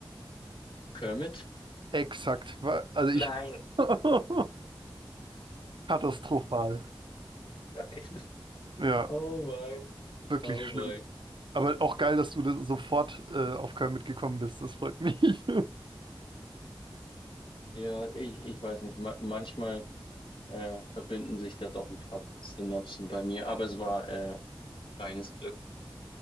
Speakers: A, on the left (about 70°); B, on the right (about 65°).
A: Kermit?
B: Exakt, wa- also ich.
A: Nein.
B: <laughs> Katastrophal.
A: <laughs>
B: Ja,
A: Oh wei.
B: wirklich
A: Oh
B: schlimm.
A: wei.
B: Aber auch geil, dass du da sofort äh, auf Köln mitgekommen bist, das freut mich. <laughs>
A: Ja, ich, ich weiß nicht. Ma manchmal äh, verbinden sich da doch ein paar Synapsen bei mir, aber es war äh, reines Glück.